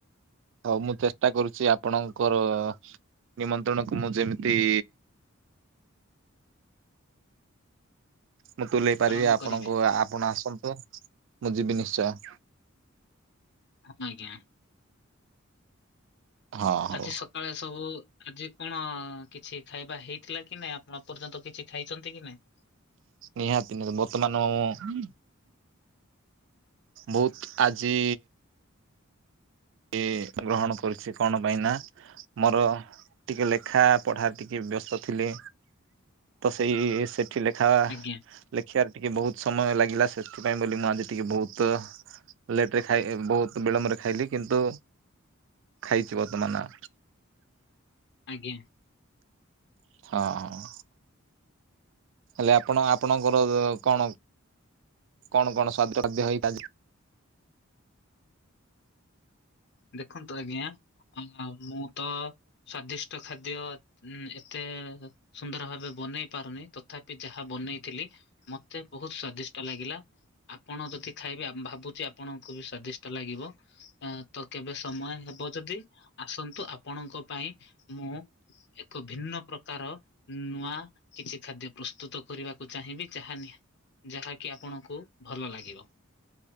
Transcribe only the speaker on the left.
ପାଳନ
କରିବେ
ଆଜ୍ଞା
ଆଜି କାଳେ ସବୁ ଆଜି କଣ କିଛି ଖାଇବା ହେଇଥିଲା କି ନାଇଁ? ଆପଣ ପର୍ଯ୍ୟନ୍ତ କିଛି ଖାଇଛନ୍ତି କି ନାଇଁ?
ଆଜ୍ଞା
ଆଜ୍ଞା
ଦେଖନ୍ତୁ ଆଜ୍ଞା ମୁଁ ତ ସ୍ଵାଦିଷ୍ଟ ଖାଦ୍ୟ ଏତେ ସୁନ୍ଦର ଭାବେ ବନେଇ ପାରୁନି ତଥାପି ଯାହା ବନେଇଥିଲି ମତେ ବହୁତ ସ୍ଵାଦିଷ୍ଟ ଲାଗିଲା ଆପଣ ଯଦି ଖାଇବେ ଭାବୁଛି ଆପଣଙ୍କୁ ବି ସ୍ଵାଦିଷ୍ଟ ଲାଗିବ ତ କେବେ ସମୟ ହେବ ଯଦି ଆସନ୍ତୁ ଆପଣଙ୍କ ପାଇଁ ମୁଁ ଏକ ଭିନ୍ନ ପ୍ରକାର ନୂଆ କିଛି ଖାଦ୍ୟ ପ୍ରସ୍ତୁତ କରିବାକୁ ଚାହିଁବି ଯାହାନି ଯାହାକି ଆପଣଙ୍କୁ ଭଲ ଲାଗିବ